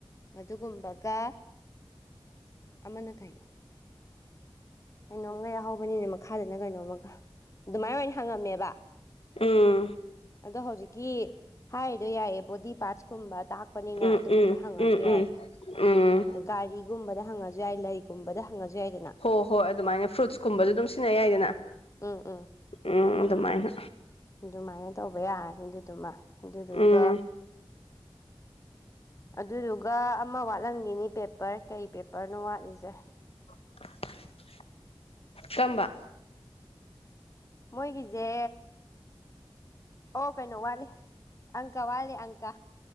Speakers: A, on the left (about 30°); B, on the left (about 80°).
A: ꯑꯗꯨꯒꯨꯝꯕ ꯗ ꯑꯃꯅ ꯀꯩꯅꯣ ꯀꯩꯅꯣꯝꯒꯩ ꯌꯥꯍꯧꯕꯅꯤꯅꯦ ꯃꯈꯥꯗꯅ ꯀꯩꯅꯣꯝꯃ ꯑꯗꯨꯃꯥꯏꯅ ꯑꯣꯏꯅ ꯍꯪꯉꯝꯃꯦꯕ
B: ꯎꯝ
A: ꯑꯗꯣ ꯍꯧꯖꯤꯛꯀꯤ ꯍꯥꯏꯗꯣ ꯌꯥꯏꯌꯦ ꯕꯣꯗꯤ ꯄꯥꯔꯠꯁꯀꯨꯝꯕ ꯇꯥꯛꯄꯅꯤꯅ
B: ꯎꯝ
A: ꯑꯗꯨꯒꯨꯝꯕ
B: ꯎꯝ
A: ꯍꯪꯉꯁꯨ
B: ꯎꯝ ꯎꯝ
A: ꯌꯥꯏꯌꯦ
B: ꯎꯝ
A: ꯎ ꯒꯥꯔꯤꯒꯨꯝꯕꯗ ꯍꯪꯉꯁꯨ ꯌꯥꯏ ꯂꯩꯒꯨꯝꯕꯗ ꯍꯪꯉꯁꯨ ꯌꯥꯏꯗꯅ
B: ꯍꯣꯏ ꯍꯣꯏ ꯑꯗꯨꯃꯥꯏꯅ ꯐ꯭ꯔꯨꯠꯁꯀꯨꯝꯕꯁꯨ ꯑꯗꯨꯝ ꯁꯤꯖꯤꯟꯅ ꯌꯥꯏꯗꯅ
A: ꯎꯝ ꯎꯝ
B: ꯎꯝ ꯑꯗꯨꯃꯥꯏꯅ
A: ꯑꯗꯨꯃꯥꯏꯅ ꯇꯧꯕ ꯌꯥꯔꯅꯤ ꯑꯗꯨꯗꯨꯃ ꯑꯗꯨꯗꯨꯒ
B: ꯎꯝ
A: ꯑꯗꯨꯗꯨꯒ ꯑꯃ ꯋꯥꯠꯂꯝꯈꯤꯅꯤ ꯄꯦꯄꯔ ꯀꯩ ꯄꯦꯄꯔꯅꯣ ꯋꯥꯠꯂꯤꯁꯦ
B: <inaudible> ꯀꯝꯕ
A: ꯃꯣꯏ ꯒꯤꯖꯦ ꯑꯣ ꯀꯩꯅꯣ ꯋꯥꯠꯂꯤ ꯑꯪꯀ ꯋꯥꯠꯂꯤ ꯑꯪꯀ